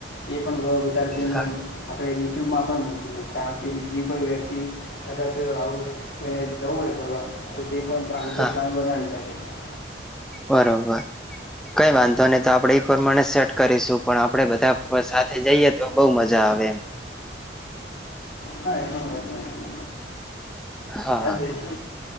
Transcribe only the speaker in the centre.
હા
હા
બરોબર. કઈ વાંધો નહી તો આપડે એઈ પ્રમાણે સેટ કરીશું પણ આપડે બધા સાથે જઈએ તો બઉુ મજા આવે.
હા